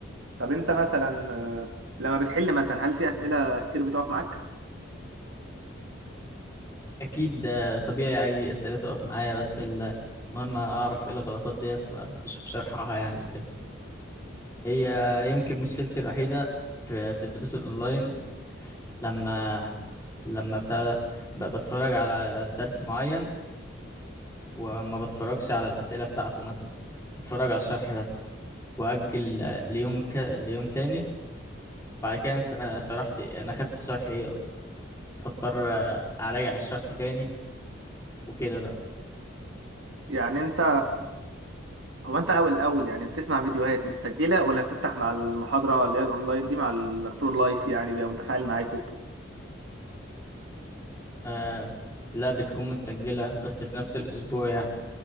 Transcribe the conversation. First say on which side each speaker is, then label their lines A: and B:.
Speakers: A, on the right (about 85°); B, on the left (about 15°).
A: طب انت مثلا آه، لما بتحل مثلا هل في اسئله كتير بتقف معاك
B: أكيد ده طبيعي أي أسئلة تقف معايا بس ال- المهم أعرف إيه الغلطات ديت وأشوف شرحها يعني وكده هي يمكن مشكلتي الوحيدة في في الدروس الأونلاين لما لما بتاع ب- بتفرج على درس معين وما بتفرجش على الأسئلة بتاعته مثلا بتفرج على الشرح بس وأجل ليوم ك... ليوم تاني بعد كده انت- انا شرحت انا خدت شرح ايه اصلا فاضطر آه، اراجع الشرح تاني وكده بقى
A: يعني انت هو انت اول الاول يعني بتسمع فيديوهات متسجله ولا بتفتح مع المحاضره اللي هي الاونلاين دي مع الدكتور لايف يعني بيبقى متفاعل معاكوا
B: آه لا بتكون متسجلة بس في نفس الاسبوع يعني